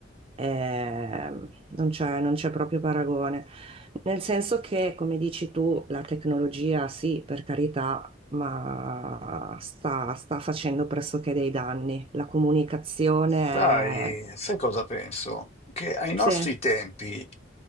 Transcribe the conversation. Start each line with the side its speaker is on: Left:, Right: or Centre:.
Right: ehm, non c'è non c'è proprio paragone. Nel senso che, come dici tu, la tecnologia sì, per carità, ma sta, sta facendo pressoché dei danni. La comunicazione
Left: sai,
Right: è...
Left: sai cosa penso? Che ai nostri
Right: Sì,
Left: tempi